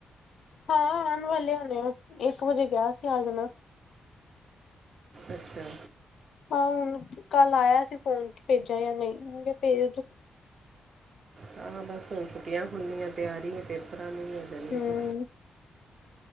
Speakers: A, on the left (about 65°); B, on the right (about 40°).
A: ਹਾਂ ਆਨ ਵਾਲੇ ਹੋਨੇ ਆ ਇੱਕ ਵਜੇ ਕਯਾ ਸੀ ਆ ਜਾਨਾ।
B: ਅੱਛਾ।
A: ਹਾਂ ਹੁਨ ਕੱਲ ਆਏਆ ਸੀਂ ਫੋਨ ਭੇਜਾ ਯਾਂ ਨਈਂ ਮੈਂ ਕੇਆ ਭੇਜ ਦੋ।
B: ਹਾਂ ਬਸ ਹੁਨ ਛੁੱਟੀਆਂ ਹੁੰਦੀਆਂ ਤਿਆਰੀ ਆ ਪੇਪਰਾਂ ਨੂੰ ਹੋ ਜਾਂਨੀ
A: ਹਮ
B: ਆ ਫੇ